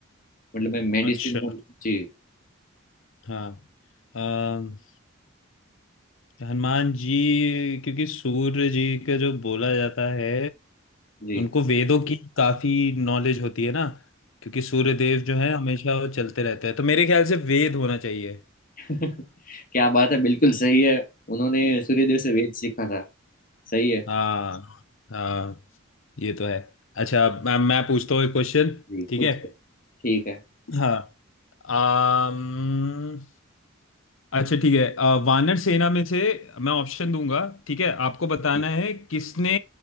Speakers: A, on the left; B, on the left.
A: मतलब मैं मेडिसिन
B: अच्छा
A: जी
B: हाँ अम, हनुमान जी क्योंकि सूर्य जी का जो बोला जाता है
A: जी
B: उनको वेदों की काफी नॉलेज होती है ना क्योंकि सूर्यदेव जो है हमेशा वो चलते रहते हैं तो मेरे ख्याल से वेद होना चाहिए
A: <laughs> क्या बात है बिल्कुल सही है उन्होंने सूर्यदेव से वेद सीखा था सही है
B: हाँ हाँ ये तो है अच्छा मैं मैं पूछता हूँ एक क्वेश्चन
A: जी
B: ठीक
A: कुछ
B: है
A: तो, ठीक है
B: हाँ आम, अच्छा ठीक है अ, वानर सेना में से मैं ऑप्शन दूंगा ठीक है आपको बताना
A: जी
B: है किसने